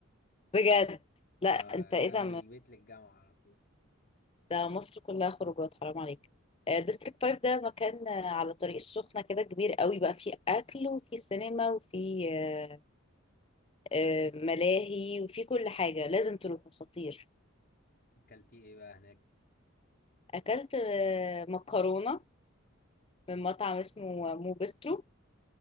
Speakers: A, on the left (about 30°); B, on the left (about 50°).
A: بجد لا
B: اه
A: انت ايه
B: انا
A: ده
B: من البيت للجامعه على طول
A: ده مصر كلها خروجات حرام عليك ديستريكت 5 ده مكان آه، على طريق السخنة كده كبير قوي بقى فيه أكل وفيه سينما وفيه آه، آه، ملاهي وفيه كل حاجة لازم تروح خطير
B: اكلتي ايه بقى هناك
A: أكلت آه، مكرونة من مطعم اسمه مو بسترو